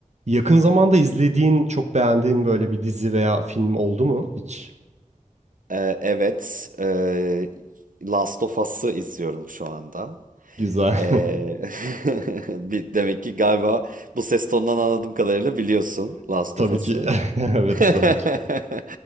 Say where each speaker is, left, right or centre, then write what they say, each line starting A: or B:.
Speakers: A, on the right; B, on the right.
A: Yakın zamanda izlediğin, çok beğendiğin böyle bir dizi veya film oldu mu hiç?
B: Ee, evet, ee, Last of Us'ı izliyorum şu anda.
A: Güzel.
B: Ee, <laughs> bir- demek ki galiba bu ses tonundan anladığım kadarıyla biliyorsun
A: <laughs>
B: Last
A: Tabii
B: of Us'ı.
A: ki. <laughs> Evet,
B: <laughs>
A: tabii ki.